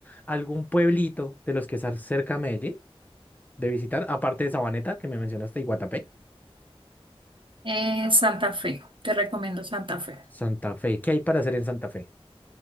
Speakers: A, on the left; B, on the right.
A: algún pueblito de los que están cerca a Medellín de visitar? Aparte de Sabaneta, que me mencionaste, y Guatapé.
B: Eh, Santa Fe, te recomiendo Santa Fe.
A: Santa Fe. ¿Qué hay para hacer en Santa Fe?